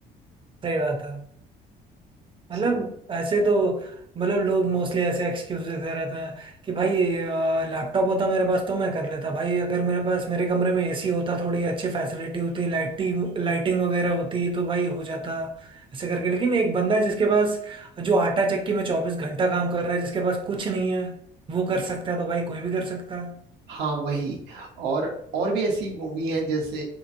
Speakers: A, on the right; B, on the right.
A: सही बात है मतलब
B: सो
A: ऐसे तो मतलब लोग मोस्टली ऐसे एक्सक्यूज देते रहते हैं कि भाई लैपटॉप होता मेरे पास तो मैं कर लेता भाई अगर मेरे पास मेरे कमरे में एसी होता थोड़ी अच्छी फैसिलिटी होती लाइटिंग लाइटिंग वगैरह होती तो भाई हो जाता ऐसे करके लेकिन एक बंदा जिसके पास जो आटा चक्की में चौबीस घंटा काम कर रहा है जिसके पास कुछ नहीं है वो कर सकता है तो भाई कोई भी कर सकता है
B: हाँ वही और और भी ऐसी मूवी हैं जैसे